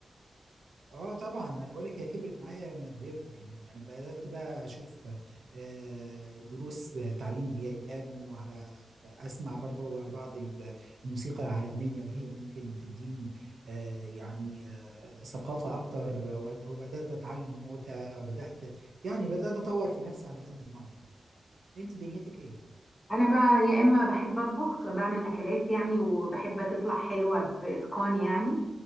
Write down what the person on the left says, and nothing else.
انا بقى يا اما بحب اطبخ بعمل اكلات يعني وبحب تطلع حلوه باتقان يعني